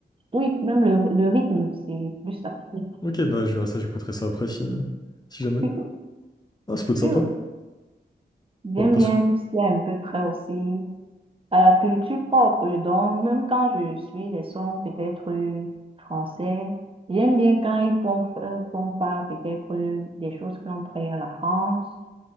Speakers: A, on the right; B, on the left.
A: Oui, même le, le rythme, c'est plus africain.
B: Ok, bah je verrai ça, j'écouterai ça après si, si jamais.
A: <laughs>
B: Ah, ça peut être sympa.
A: Oui, J'aime
B: Ouais, parce
A: bien
B: que...
A: tout ce qui est un peu trait aussi à la culture propre. Donc, même quand je suis des sons peut-être euh, français, j'aime bien quand ils font, euh, font pas peut-être euh, des choses qui ont trait à la France.